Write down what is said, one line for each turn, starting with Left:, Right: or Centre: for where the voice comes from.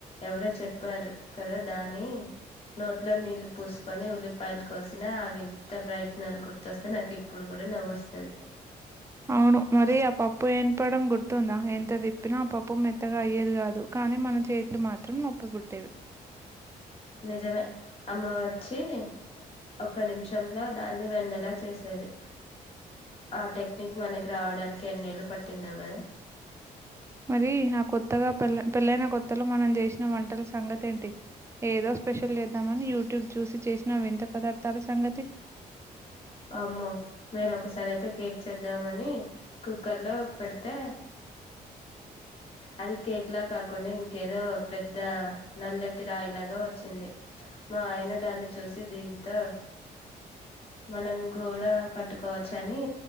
Left: ఎవరో చెప్పారు కదా దాని నోట్లో నీళ్లు పోసుకొని ఉల్లిపాయలు కో కోసినా అవి వింత ప్రయత్నాలు గుర్తొస్ తె నాకు ఇప్పుడు గూడా నవ్వొస్తది
Right: అవును మరి అ పాప్ ప్పు ఎనపడం గుర్తుందా ఎంత తిప్పినా ఆ పప్పు మెత్తగా అయ్యేది గాదు కానీ మన చేతిలు మాత్రం నొప్పి పుట్టేవి
Left: నిజమే అమ్మ వచ్చి ఒక్క నిమిషంలో దాన్ని వెన్నెలా చేసేది ఆ టెక్నిక్ మనకి రావడానికి ఎన్నేళ్లు పట్ తిన్నావు కదా
Right: మరి ఆ కొత్తగా పల్ల పెళ్ళైన కొత్తలో మనం చేసిన వంటల సంగతి ఏంటి ఏదో స్పెషల్ చేద్దామని యూట్యూబ్ చూసి చేసిన వింత పదార్థాల సంగతి
Left: వామ్మో నేను ఒకసారి అయితే కేక్ చేద్దామని కుక్కర్లో పెడితే అది కేక్ లా కాకుండా ఇంకేదో పెద్ద నల్లటి రాయి లాగా వచ్చింది మా ఆయన దాన్ని చూసి దీన్ తో మనం గోడ కట్టుకోవచ్చని